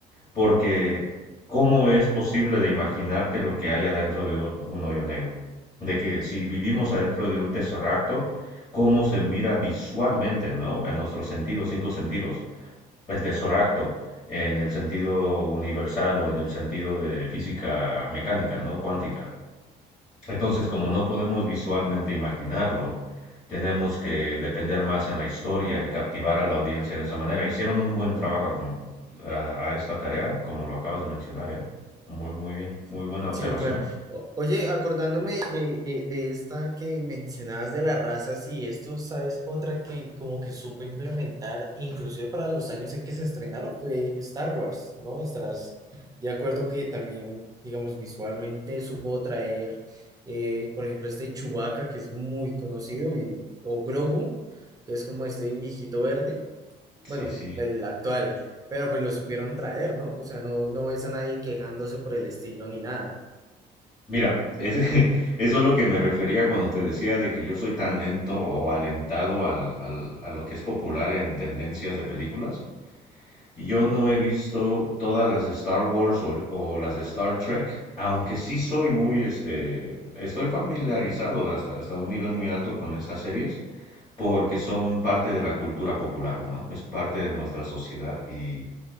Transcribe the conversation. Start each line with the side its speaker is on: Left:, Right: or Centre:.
Left: porque ¿cómo es posible de imaginarte lo que hay adentro de un, un hoyo negro? De que si vivimos adentro de un tesseracto, ¿cómo se mira visualmente, ¿no? A nuestros sentidos, cinco sentidos. El tesoracto, en el sentido universal o en el sentido de física mecánica, ¿no? Cuántica. Entonces, como no podemos visualmente imaginarlo, tenemos que depender más en la historia y captivar a la audiencia de esa manera. Hicieron un buen trabajo como- a, a esta tarea, como lo acabas de mencionar, ¿eh? Muy, muy bien, muy buena observación.
Right: Sí, claro. O- oye, acordándome de, de, de esta que mencionabas de las razas y esto, ¿sabes? Otra que como que supo implementar, inclusive para los años en que se estrenaron, fue Star Wars, ¿no? Estás de acuerdo que también, digamos, visualmente supo traer, eh, por ejemplo, este Chewbacca, que es muy conocido, y, o Grogu, que es como este viejito verde,
Left: Sí,
Right: bueno,
Left: sí.
Right: el actual. Pero pues lo supieron traer, ¿no? O sea, no, no ves a nadie quejándose por el estilo ni nada.
Left: Mira, es, <laughs> eso es lo que me refería cuando te decía de que yo soy tan lento o alentado al, al- a lo que es popular en tendencias de películas. Yo no he visto todas las de Star Wars o, o las de Star Trek, aunque sí soy muy, este, estoy familiarizado hasta, hasta un nivel muy alto con estas series, porque son parte de la cultura popular, ¿no? Es parte de nuestra sociedad y,